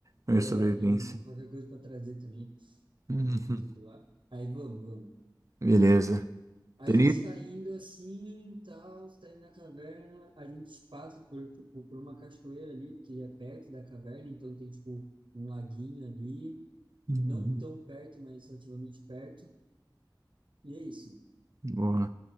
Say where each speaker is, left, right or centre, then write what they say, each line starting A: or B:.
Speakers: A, on the right (about 40°); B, on the right (about 70°).
A: Pra
B: É,
A: sobrevivência.
B: é, e qualquer coisa para trazer também,
A: Uhum.
B: alguma coisa de lá. Aí vamos, vamos.
A: Beleza.
B: A
A: Daí,
B: gente
A: ni-
B: tá indo assim, tal, tá indo na caverna, a gente passa por, tipo, por uma cachoeira ali, que é perto da caverna, então tem, tipo, um laguinho ali,
A: Uhum.
B: não tão perto, mas relativamente perto, e é isso.
A: Boa.